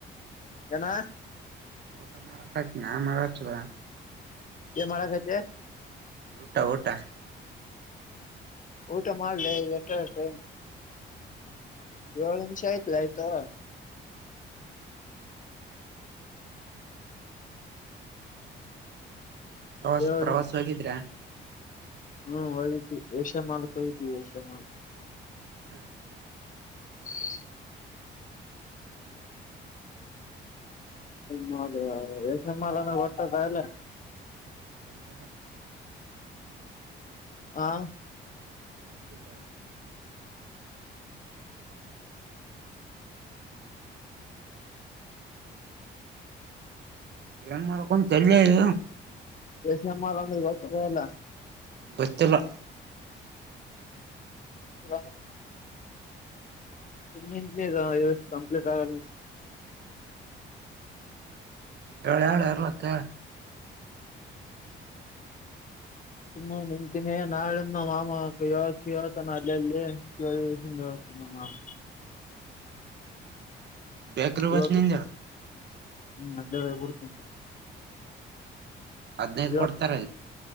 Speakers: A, on the left; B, on the right.
A: ಏನ
B: ಫೋಟೋ ಮಾಡಕ ನಾ ಮಾಡ ಚರ
A: ಮಾಡಕೈತೆ
B: ಊಟಾ ಊಟಾ
A: ಊಟ ಮಾಡ್ಲಿ ಎಷ್ಟಷ್ಟ ಏಳ ನಿಮಿಷ ಆಯ್ತ್ಲ ಆಯ್ತಾ
B: ಪ್ರವಾಸ
A: ಏಳು
B: ಪ್ರವಾಸ
A: ನಿಮಿಷ
B: ಹೋಗಿದ್ರಾ
A: ಹ್ಮ್ ಏಷ್ಯ ಮಾಲ್ ಕ ಏಷೆ ಮಾಲ್
B: ಹ್ಮ್
A: ಹ್ಮ ಮಾಲ್ ರೇಷನ್ ಮಾಲ್ ಅಂದ ಗೊತ್ತದ ಅಲ್ಲೇ
B: ಗತ್ತರ
A: ಹಾ
B: ಗೊತ್ತಿಲ್ಲಾ ಏನ್ ಮಾಡ್ಕೊಂತ ತಲ್ಯ ಇ
A: ಬೇಸಿ ಅಮ್ಮಾ ಅಂದ್ರೆ ಗೊತ್ತದ ಎಲ್ಲ
B: ಗೊತ್ತಿಲ್ಲ
A: ಇ ಕಂಪ್ಲೀಟ್ ಆಗಲ್ಲ
B: ಹೇಳೆ ಹೇಳ ಇರ್ಲಕ್ಕ
A: ತುಂಬಾ ನಿಂತೀನಿ ನಾಳಿಂದ ನ ಮಾಮ ಯಕ ಹೇಳ್ತಾನ ಅಲ್ಲಲ್ಲಿ ಏ ದಿವಸ ಹೇಳ್ತಾನ ಮಾಮ
B: ಬ್ಯಾೇಕ್ರವಚ್
A: ಇವತ್ತು
B: ನ ಜರ
A: ಹ್ಮ್ ಅದೇ ಬಿಡ್ತ
B: ಅದ್ನೇ
A: ಇವತ್
B: ಕೊಡ್ತಾರಲ್ಲಿ